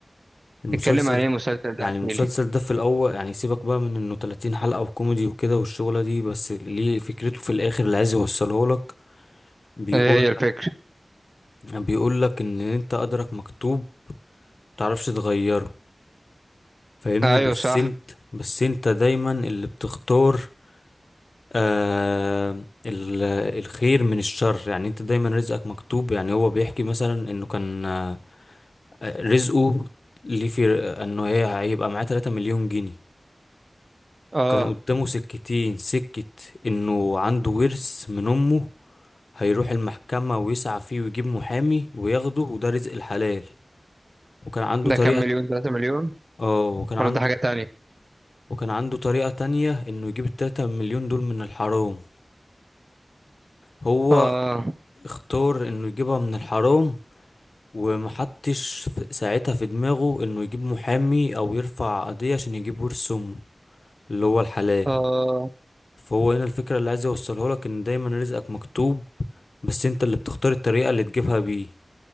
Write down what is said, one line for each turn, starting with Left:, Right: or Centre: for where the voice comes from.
Left: المسلسل
Right: اتكلم عليه مسلسل ده
Left: يعني
Right: احكيلي
Left: المسلسل ده في الأول يعني سيبك بقى من إنه 30 حلقة وكوميدي وكده والشغلة دي بس ليه فكرته في الآخر اللي عايز يوصله لك بيقول
Right: إيه هي الفكرة؟
Left: بيقول لك إن أنت قدرك مكتوب متعرفش تغيره فاهمني
Right: أيوه
Left: بس
Right: صح
Left: أنت بس أنت دايما اللي بتختار آه ال- الخير من الشر يعني أنت دايما رزقك مكتوب يعني هو بيحكي مثلا إنه كان آه، رزقه ليه في إنه هي هيبقى معاه 3 مليون جنيه
Right: اه
Left: كان قدامه سكتين سكة انه عنده ورث من امه هيروح المحكمة ويسعى فيه ويجيب محامي وياخده وده رزق الحلال وكان عنده
Right: ده
Left: طريقة
Right: كام مليون تلاتة مليون
Left: اه وكان عنده
Right: ولا ده حاجة تانية
Left: وكان عنده طريقة تانية انه يجيب التلاتة مليون دول من الحرام هو
Right: اه
Left: اختار انه يجيبها من الحرام ومحطش في- ساعتها في دماغه انه يجيب محامي او يرفع قضية عشان يجيب ورث امه اللي هو الحلال
Right: اه
Left: فهو هنا الفكرة اللي عايز يوصله لك ان دايما رزقك مكتوب بس انت اللي بتختار الطريقة اللي تجيبها بيه